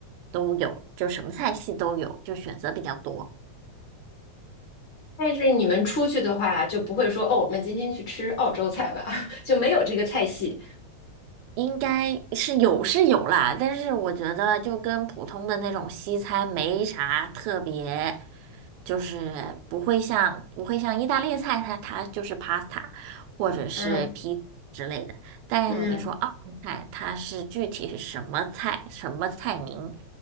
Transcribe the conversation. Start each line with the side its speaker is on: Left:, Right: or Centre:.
Right: 都有，就什么菜系都有，就选择比较多。
Left: 但是你们出去的话，就不会说哦，我们今天去吃澳洲菜吧，<laughs> 就没有这个菜系，
Right: 应该是有是有啦，但是我觉得就跟普通的那种西餐没啥特别，就是不会像不会像意大利菜它，它就是 pasta 或者是披萨之类的。
Left: 嗯
Right: 但是你说澳门菜，
Left: 嗯。
Right: 它是具体是什么菜、什么菜名，